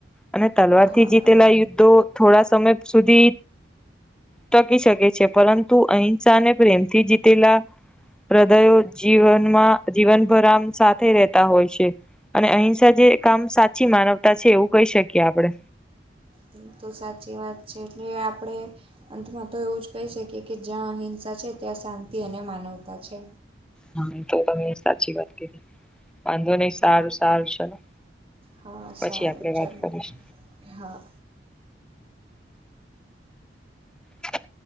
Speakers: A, in the centre; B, on the right.
A: અને તલવારથી
B: હા
A: જીતેલા યુદ્ધો થોડા સમય સુધી ટકી શકે છે. પરંતુ અહિંસાને, પ્રેમથી જીતેલા હૃદયો જીવનમાં જીવનભર આમ સાથે રહે તા હોય છે. અને અહિંસા જે કામ સાચી માનવતા છે એવું કહી શકીએ આપણે.
B: હમ તો સાચી વાત છે. એટલે આપણે અંતમાં તો એવું જ કહી શકીએ કે જ્યાં અહિંસા છે ત્યાં શાંતિ અને માનવતા છે.
A: હા એતો તમે સાચી વાત કીધી. વાંધો નહી સારું સારું ચલો.
B: હા
A: પછી
B: સારું
A: આપડે
B: ચલો
A: વાત કરીશ
B: હા
A: હ